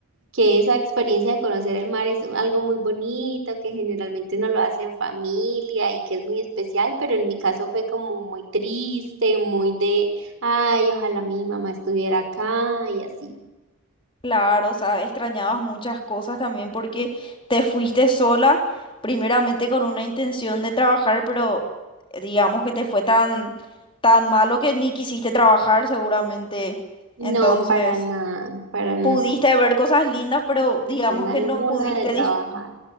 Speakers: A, on the right; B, on the left.
A: que esa experiencia de conocer el mar es algo muy bonito, que generalmente uno lo hace en familia y que es muy especial, pero en mi caso fue como muy triste, muy de, ay, ojalá mi mamá estuviera acá y así.
B: Claro, o sea, extrañabas muchas cosas también porque te fuiste sola, primeramente con una intención de trabajar, pero eh, digamos que te fue tan, tan malo que ni quisiste trabajar seguramente.
A: No,
B: Entonces,
A: para nada, para nada,
B: pudiste ver cosas lindas, pero digamos que
A: alguna
B: no pudiste,
A: de trabajar.
B: dis-